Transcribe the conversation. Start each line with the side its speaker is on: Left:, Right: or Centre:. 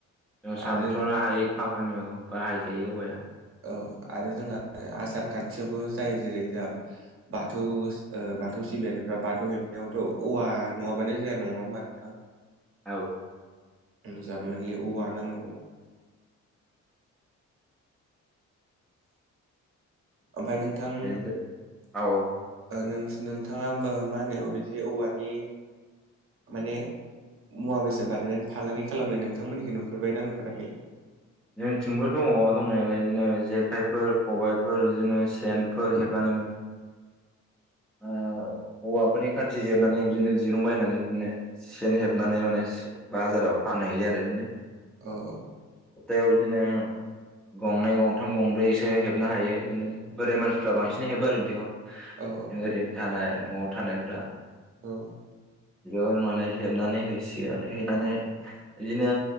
Centre: जों सानथ्र'नो
Right: आरो
Centre: हायि खामानियाव बाहायजायो औवाया
Right: औ आरो जोंहा आसार खान्थियावबो जायो जेरै जों बाथौ ओ बाथौ सिबियारिफ्रा बाथौ हेबनायावथ' औवा नङाबानो जाया नङा होमबा नोंथां
Centre: औ
Right: मोजां मोनलै औवा नांगौ ओमफ्राय नोंथां
Centre: बे औ औ
Right: ओ नोंथाङा मा होनो बिदि औवानि माने मुवा बेसाद बानायनानै फालांगि खालामनाय नोंथांमोननिखौ नुफेरबाय ना नुफेराखै
Centre: जोंनिथिंबो दङ दंनायालाय बिदिनो जेखाइफोर खबायफोर बिदिनो सेनफोर हेबनानै माने आ औवा फोरनि खाथि जिरनानै बिदिनो दिरुं बायनानै बिदिनो सेन हेबनानै माने बाजाराव फानहैयो आरो बिदिनो
Right: औ औ
Centre: औ बिदिनो गंनै गंथाम गंब्रैसो हेबनो हायो बिदिनो बोराइ मानसिफ्रा बांसिनै हेबो आरो बिदिखौ
Right: औ
Centre: ओरैनो थानाय न'आव थानायफ्रा
Right: औ
Centre: बेयाव माने हेबनानै हैसिगोन हैनानै बिदिनो